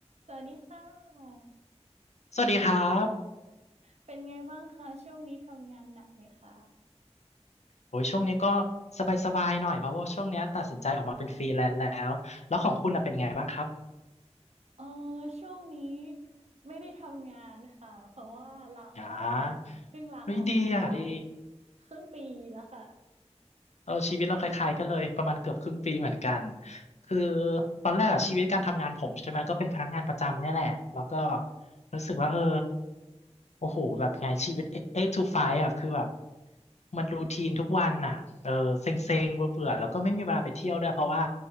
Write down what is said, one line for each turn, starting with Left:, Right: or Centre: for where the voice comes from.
Right: สวัสดีค่ะ
Left: สวัสดีครับ
Right: เป็นไงบ้างคะช่วงนี้ทำงานหนักไหมคะ
Left: โอ้ยช่วงนี้ก็สบายๆหน่อยเพราะว่าช่วงเนี้ยตัดสินใจออกมาเป็นฟรีแลนซ์แล้ว แล้วของคุณน่ะเป็นไงบ้างครับ
Right: เออช่วงนี้ไม่ได้ทำงานค่ะเพราะว่าลาออกมาเพิ่งลาออกมาได้
Left: อ่าเฮ้ยดีอ่ะดี
Right: ครึ่งปีแล้วค่ะ
Left: เออชีวิตเราคล้ายๆกันเลยประมาณเกือบครึ่งปีเหมือนกันคือตอนแรกอะชีวิตการทำงานผมใช่ไหมก็เป็นพนักงานประจำเนี่ยแหละแล้วก็รู้สึกว่าเออโอ้โหแบบไงชีวิต e i g t o f อ่ะคือแบบมันรูทีนทุกวันอ่ะเออเซ็งๆเบื่อๆแล้วก็ไม่มีเวลาไปเที่ยวด้วยเพราะว่า